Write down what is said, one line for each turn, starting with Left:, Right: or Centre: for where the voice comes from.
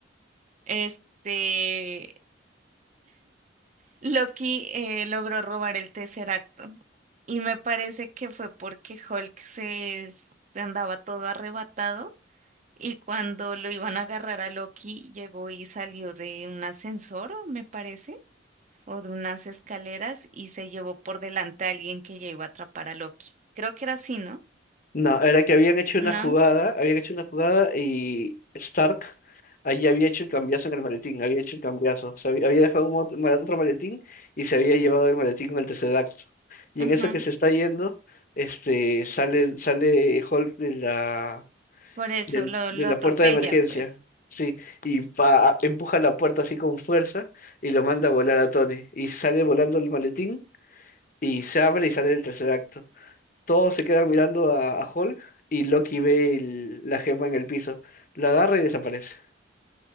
Right: Este, Loki eh, logró robar el tercer y me parece que fue porque Hulk se s- andaba todo arrebatado Y cuando lo iban a agarrar a Loki, llegó y salió de un ascensor, o me parece, o de unas escaleras y se llevó por delante a alguien que ya iba a atrapar a Loki. Creo que era así, ¿no?
Left: No, era que habían hecho una
Right: No,
Left: jugada, habían hecho una jugada y Stark allí había hecho el cambiazo en el maletín, había hecho el cambiazo, o sea, había había dejado un mot- ma- otro maletín y se había llevado el maletín con el tercer acto. Y
Right: ajá.
Left: en eso que se está yendo, este, sale, sale Hulk de la
Right: Por eso
Left: del-
Right: lo,
Left: de
Right: lo
Left: la
Right: atropella,
Left: puerta de emergencia.
Right: pues.
Left: Sí, y pa- empuja la puerta así con fuerza y lo manda a volar a Tony. Y sale volando el maletín y se abre y sale el tercer acto. Todos se quedan mirando a, a Hulk y Loki ve el- la gema en el piso. La agarra y desaparece.